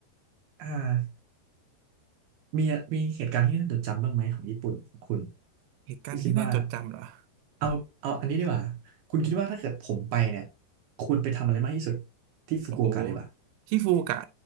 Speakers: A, on the right; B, on the right.
A: อ่ามีมีเหตุการณ์ที่น่าจดจำบ้างไหมของญี่ปุ่นของคุณ
B: เหตุการณ์ที่น่าจดจำเหรอ
A: ที่คิดว่าเอาเอาอันนี้ดีกว่าคุณคิดว่าถ้าเกิดผมไปเนี่ยควรไปทำอะไรมากที่สุดที่ฟุกุโอกะดีกว่า
B: โอ้โหที่ฟูกะ